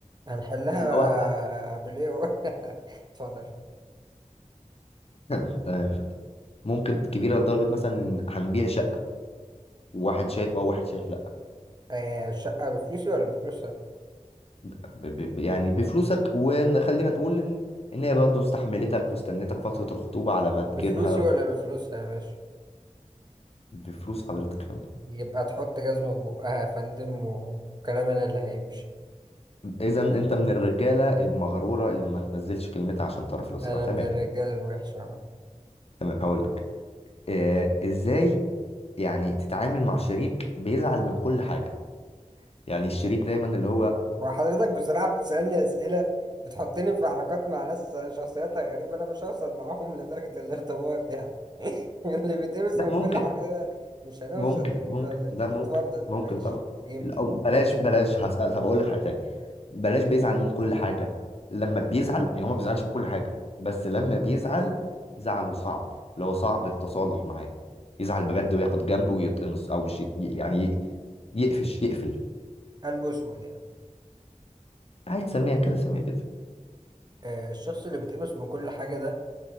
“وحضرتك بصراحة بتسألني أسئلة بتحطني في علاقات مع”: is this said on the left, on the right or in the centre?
Right